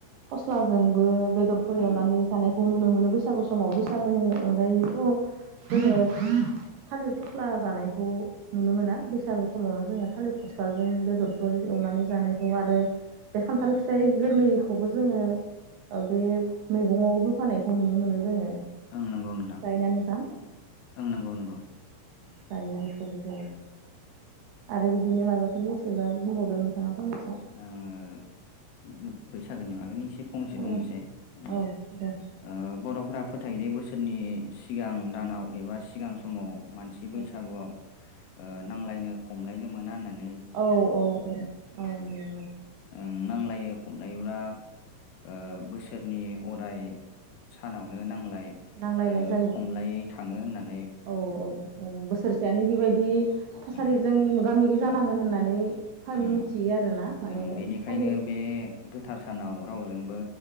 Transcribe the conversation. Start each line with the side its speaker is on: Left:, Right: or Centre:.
Right: फस्लाजोंबो बेदरफोर
Left: ओं
Right: एवनानै जानाय खौ नुनो मोनो बैसागु समाव बैसागोनि अनगायैथ' जोङो थालिर फस्ला जानायखौ नुनो मोना। बैसागु समावनो जोङा थालिर फस्लाजों बेदरफोर एवनानै जानायखौ आरो बे खान्थाल फिथाइ गोरलैखौबो जोङो ओ बे मैगंआव होफानायखौ नुनो मोनो जोङो।
Left: ओं नंगौ नोंथां
Right: जायोना नोंथां?
Left: ओं नंगौ नंगौ
Right: जायो बेखौबो जायो आरो बिदिनो माबाफोर मिथियोबा बुंबावदों नोंथाङा फंनैस
Left: दा आङो इदिनो बैसागोनि बागैनो एसे से फंसे
Right: औ
Left: बुंसै ओ
Right: दे
Left: ओ बर'फ्रा फोथायदे बोसोरनि सिगां दानाव एबा सिगां समाव मानसि बैसागुआव
Right: औ
Left: ओ नांलायनो खमलायनो मोना होननान
Right: औ औ औ औ <unintelligible>
Left: ओं नांलायो हमनानै ला ओ बोसोरनि अराय सानावनो नांलाय इ
Right: नांलायनाय
Left: ओ
Right: जायो
Left: खमलायै थाङो होननान
Right: औ औ औ बोसोरसेयानो बेबायदि बि थासारिजों
Left: उम
Right: मोगा मोगि जानाङो
Left: उम
Right: होननानै
Left: उम
Right: मिथियो आरो ना माने
Left: ओं बेनिखायनो
Right: फालि
Left: बे गोथार सानाव रावजोंबो